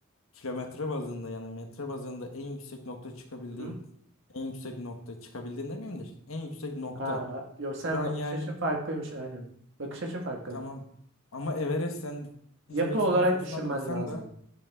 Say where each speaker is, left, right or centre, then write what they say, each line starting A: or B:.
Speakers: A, on the left; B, on the right.
A: kilometre bazında yani metre bazında en yüksek nokta çıkabildiğin
B: Hı
A: en yüksek nokta çıkabildiğin demeyeyim de işte en yüksek nokta.
B: Ha, yok sen
A: Şu an
B: bakış
A: yani
B: açın farklıymış aynen. Bakış açın farklı
A: tamam
B: mı?
A: ama Everest sen
B: Yapı
A: deniz seviyesinden
B: olarak
A: sonrasına
B: düşünmen
A: baksan
B: lazım.
A: da